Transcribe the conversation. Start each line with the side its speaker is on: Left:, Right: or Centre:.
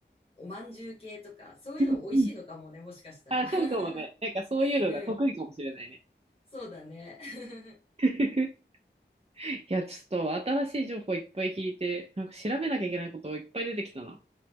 Left: おまんじゅう系とか、そういうの美味しいのかもね、
Right: うんうん
Left: もしかしたら。
Right: あ、
Left: <laughs>
Right: そうかもね。なんかそういうのが得意かもしれないね。
Left: うん。そうだね。<laughs>
Right: <laughs> いや、ちょっと新しい情報いっぱい聞いて、なんか調べなきゃいけないこといっぱい出てきたな。